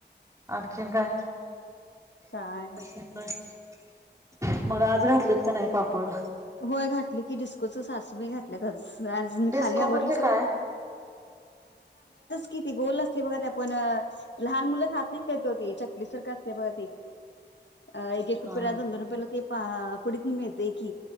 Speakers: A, on the right (about 15°); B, on the left (about 75°).
A: आणखीन काय?
B: काय
A: <inaudible> <unintelligible> मग आज घातलेत का नाही पापड.
B: होय घातली की डिस्कोच सास तुम्ही घातल्यात आज मी
A: डिस्को
B: खाली आवरल
A: म्हणजे
B: सगळं
A: काय?
B: किती गोल असते बघा ते आपण लहान मुलं खात नाहीत काय ते ओ चकलीसारखं असते बघा ते अ एक-एक रुपयाला
A: हा हा
B: दोन-दोन रुपयाला ते पहा पुढत न मिळतय की